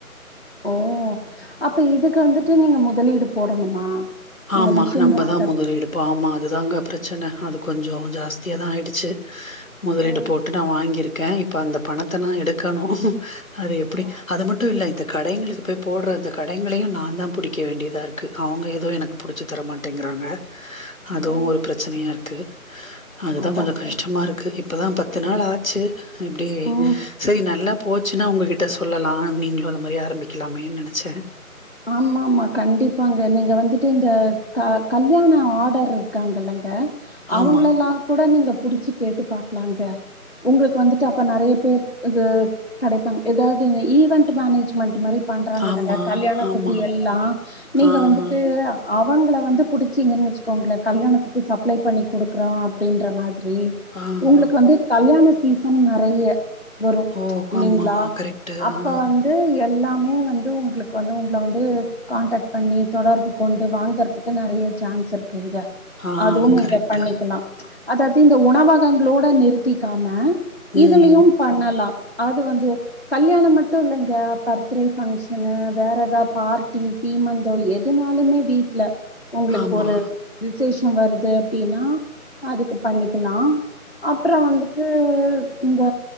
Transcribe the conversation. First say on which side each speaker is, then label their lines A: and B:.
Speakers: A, on the left; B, on the left.
A: ஓ அப்ப இதுக்கு வந்துட்டு நீங்க முதலீடு போடணுமா
B: ஆமா
A: இந்த மிஷின்
B: நம்மதா
A: வாங்கறதுக்கு?
B: முதலிடு இப்போ ஆமா அதுதாங்க பிரச்சன அது கொஞ்சொ ஜாஸ்தியா தா ஆயிடுச்சு முதலீடு
A: ஆ
B: போட்டு நா வாங்கிறுக்கே இப்ப அந்த பணத்த நா எடுக்கணு அது எப்படி
A: ஆ
B: அது மட்டு இல்ல இந்த கடைகளுக்கு போய் போடுறது கடைகளையு நா தா பிடிக்க வேண்டியதா இருக்கு அவங்க ஏதோ எனக் கு புடிச்சு தரமாட்டேங்கிறாங்க அதுவு
A: ஆ
B: ஒரு பிரசனையா இருக்கு அதுதா
A: அதா
B: கொஞ்ச
A: அதா
B: கஷ்டமா இருக்கு இப்பதா பத்து நாள் ஆச்சு இப்டி
A: ம்
B: சரி நல்லாப் போச்சுனா உங்கள் கிட்ட சொல்லலா நீங்களு அத மாதிரி ஆரம்பிக்கலாமேனு நினைச்சே
A: ஆமாம்மா கண்டிபாங்க நீங்க வந்துட்டு இந்த க கல்யாண ஆர்டர் இருக்காங்கல்லங்க
B: ஆமா
A: அவங்ளல்லா கூட நீங்க புடிச்சு கேட்டு பாக்கலாங்க உங்களுக்கு வந்துட்டு அப்ப நறைய பேர் இது கடைபாங்க ஏதாவது இந்த ஈவென்ட் மேனேஜ்மெண்ட்டு மாரி பண்றாகல்லங்க
B: ஆமா
A: கல்யாணத்துக்கு
B: ஆமா
A: எல்லா நீங்க
B: ஆ
A: வந்துட்டு
B: ஆ
A: அவங்கள வந்து புடிச்சிங்கனு வச்சுகோங்களே கல்யாணத்துக்கு சப்ளை பண்ணி கொடுக்குறோ அப்படின்ற மாதிரி
B: ஆ
A: உங்களுக்கு
B: ஆ
A: வந்து கல்யாண சீசன் நறைய வரு
B: ஓ
A: இல்லைங்களா
B: ஆமா ஆமா கரெக்ட்டு
A: அப்ப
B: ஆ
A: வந்து எல்லாமே வந்து உங்களுக்கு வந்து ல வந்து கான்டக் பண்ணி தொடர்பு கொண்டு வாங்கறதுக்கு நிறைய சான்ஸ் இருக்கு எங்க
B: ஆ
A: அதுவு நீங்க
B: கரெக்ட்டு
A: பண்ணிக்கலா அதாவது இந்த உணவகங்களோடு நிறுத்திகாம
B: ம்
A: இதுலயும்
B: ம்
A: பண்ணலா அது வந்து கல்யாண மட்டு இல்லைங்க பர்த்ரே பங்ஷன்னூ வேற ஏதாவ பார்ட்டி சீமந்தோ எதுனாலுமே வீட்ல உங்களுக்கு
B: ஆமா
A: ஒரு விசேஷம் வருது அப்படின்னா அதுக்கு பண்ணிகலா அப்புற வந்து
B: <unintelligible>
A: இந்த